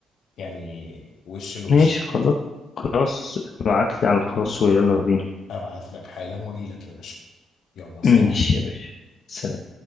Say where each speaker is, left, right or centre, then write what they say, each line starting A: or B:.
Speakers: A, on the left (about 75°); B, on the left (about 60°).
A: يعني وش لوش
B: ماشي خلاص خلاص ابعتلي على الخاص ويلا بينا
A: ابعت لك حالا واجي لك يا باشا يلا سلام
B: ماشي يا باشا سلام